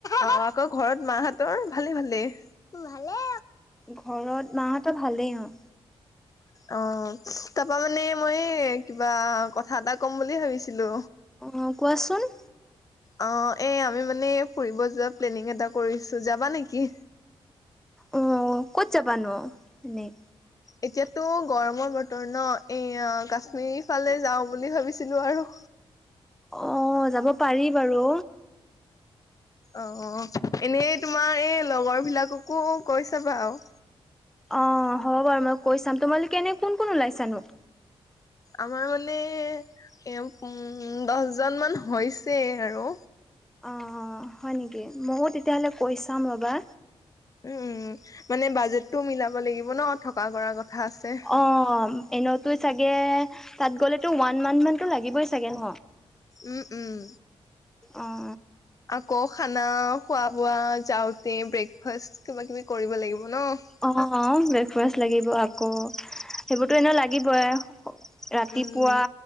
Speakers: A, on the left; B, in the centre.
A: অঁ আকৌ ঘৰত মাহঁতৰ ভালে ভালেই ভালই
B: ঘৰত মাহঁতৰ ভালেই অঁ।
A: অঁ, তাৰাপা মানে মই কিবা কথা এটা কম বুলি ভাবিছিলো।
B: অঁ কোৱাচোন।
A: অঁ এই আমি মানে ফুৰিব যোৱা প্লেনিং এটা কৰিছো যাবা নেকি?
B: অঁ, ক'ত যাবানো এনেই?
A: এতিয়াতো গৰমৰ বতৰ ন, এয়া কাশ্মীৰ ফালে যাওঁ বুলি ভাবিছিলো আৰু।
B: অঁ যাব পাৰি বাৰু।
A: অঁ, এনেই তোমাৰ এই লগৰ বিলাককো কৈছাবা আও।
B: অঁ হ'ব বাৰু মই কৈ চাম, তোমালোকে এনেই কোন কোন ওলাইছানো?
A: আমাৰ মানে এ উম দশজন মান হৈছে আৰু।
B: অঁ, হয় নেকি ময়ো তেতিয়াহ'লে কৈ চাম ৰ'বা।
A: উম, মানে বাজেটটো মিলাব লাগিব ন থকা কৰাৰ কথা আছে।
B: অঁ এনেইতো চাগে তাত গ'লেতো ওৱান মান্থ মানতো লাগিবই চাগে ন'?
A: উম উম।
B: অ
A: আকৌ খানা খোৱা বোৱা যাওঁতে ব্ৰেকফাষ্ট কিবা কিবি কৰিব লাগিব ন'।
B: অঁ ব্ৰেকফাষ্ট লাগিব আকৌ, সেইবোৰতো এনে লা গিবই ৰাতিপুৱা,
A: উম